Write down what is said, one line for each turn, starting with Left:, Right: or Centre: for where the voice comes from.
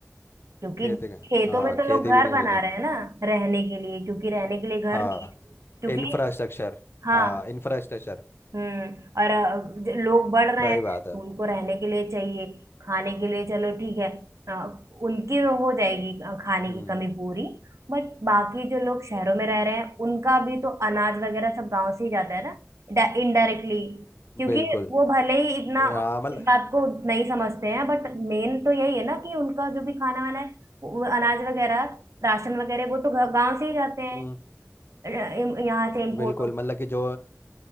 Right: क्योंकि
Left: खेती का
Right: खेतों
Left: हाँ
Right: में तो
Left: खेती
Right: लोग
Left: भी
Right: घर
Left: नहीं
Right: बना
Left: होगी
Right: रहे हैं ना रहने के लिए क्योंकि रहने के लिए घर
Left: हाँ
Right: नहीं है क्योंकि
Left: इंफ्रास्ट्रक्चर
Right: हाँ
Left: हाँ इंफ्रास्ट्रक्चर
Right: हम्म और अ, ज- लोग बढ़ रहे
Left: सही
Right: हैं
Left: बात है
Right: तो उनको रहने के लिए चाहिए खाने के लिए चलो ठीक है अ, उनकी तो हो जाएगी अ, खाने
Left: हम्म
Right: की कमी पूरी बट बाकी जो लोग शहरों में रह रहे हैं उनका भी तो अनाज वगैरह सब गांव से ही जाता है ना इनडायरेक्टली क्योंकि
Left: बिल्कुल
Right: वो भले ही इतना
Left: ए, हाँ मतलब
Right: इस बात को नहीं समझते हैं बट मेन तो यही है ना कि उनका जो भी खाना वाना है वो अनाज वगैरह राशन वगैरह वो तो गांव से ही जाते हैं
Left: हम्म
Right: अ, यहाँ से इम्पोर्ट
Left: बिल्कुल मतलब कि जो